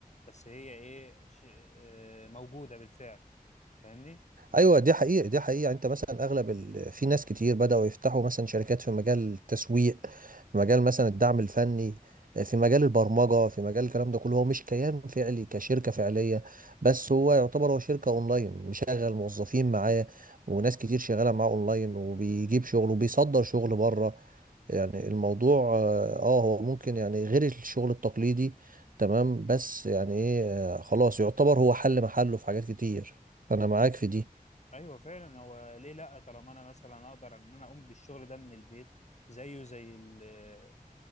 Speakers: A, on the left; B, on the right.
A: بس هي ايه ش... آه، موجوده بالفعل فاهمني
B: ايوه دي حقيقة دي حقيقة يعني انت مثلا اغلب ال... في ناس كتير بدأوا يفتحوا مثلا شركات في مجال التسويق في مجال مثلا الدعم الفني في مجال البرمجة في مجال الكلام ده كله هو مش كيان فعلي كشركة فعلية بس هو يعتبر هو شركة اونلاين مشغل موظفين معاه وناس كتير شغالة معاه اونلاين وبيجيب شغل وبيصدر شغل بره يعني الموضوع اه آه، هو ممكن يعني غير الشغل التقليدي تمام بس يعني ايه آه، خلاص يعتبر هو حل محله في حاجات كتير انا معاك في دي
A: ايوه فعلا هو ليه لا طالما انا مثلا اقدر ان انا اقوم بالشغل ده من البيت زيه زي ال-